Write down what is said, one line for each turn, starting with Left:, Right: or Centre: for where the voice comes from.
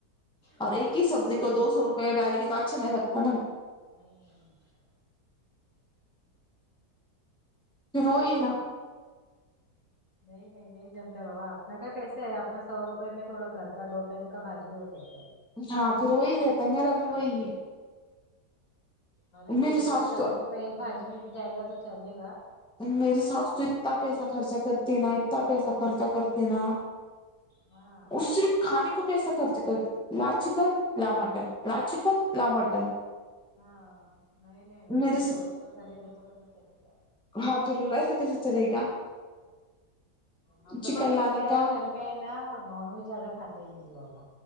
Centre: اور
Left: تو
Centre: ایک ہی سبزی
Left: آرام
Centre: کو دو سو
Left: سے
Centre: روپے ڈالیں گے تو اچھا نہیں لگتا نا
Left: <unintelligible>
Centre: پھر وہی نا
Left: نہیں نہیں نہیں جمتا بابا اپنا کا کیسے ہے اپنا سو روپئے میں تھوڑا گھر کا دو ٹائم کا باجی ہو جاتا ہے
Centre: ہاں پھر وہی رہتا ہے میرا بھی وہی ہے
Left: ارے
Centre: میری
Left: تیس
Centre: ساس
Left: روپئے چالیس
Centre: تو
Left: روپئے ایک بھاجی میں بھی جائے گا تو چلے گا
Centre: میری ساس
Left: لیکن
Centre: تو اتتا
Left: کیسا
Centre: پیسہ خرچا کرتی نا اتتا پیسہ خرچا کرتی نا
Left: ہاں
Centre: اسرف کھانے کو پیسہ ایسا خرچ کرتی لال چکن لا مٹن لال چکن ل مٹن
Left: ہاں نہیں نہیں ویسے
Centre: میرے
Left: بھی روز کا کرے گے تو کیسا چلے گا
Centre: ہاں پھر ایسے کیسے چلے گا
Left: ہم لوگ
Centre: چکن
Left: کو مین
Centre: لانے
Left: کیا
Centre: کا
Left: ہے گھر میں نا نان ویج زیادہ کھاتے نہیں ہے بابا